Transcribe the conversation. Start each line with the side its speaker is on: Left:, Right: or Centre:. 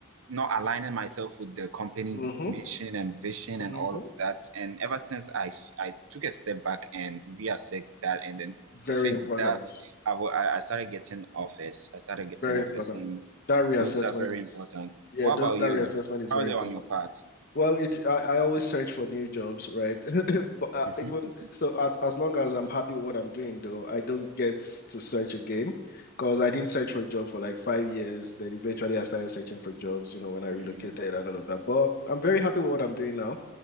Right: not aligning myself with the company's
Left: Mm-hmm.
Right: mission and vision
Left: Mm-hmm.
Right: and all of that. And ever since I I took a step back and reassessed that and then
Left: Very
Right: fixed
Left: important.
Right: that, I I started getting offers. I started getting
Left: Very
Right: offers,
Left: important.
Right: and
Left: That reassessment
Right: those are very
Left: is,
Right: important.
Left: yeah,
Right: What
Left: those,
Right: about
Left: that
Right: you?
Left: reassessment is
Right: How
Left: very
Right: is it
Left: important.
Right: on your part?
Left: Well, it I, I always search for new jobs, right? <laughs> But uh,
Right: <laughs>
Left: even so, at, as long as I'm happy with what I'm doing, though, I don't get to search again because I didn't search for a job for like five years. Then eventually, I started searching for jobs, you know, when I relocated
Right: Mm,
Left: and all of that. But I'm very happy with what I'm doing now.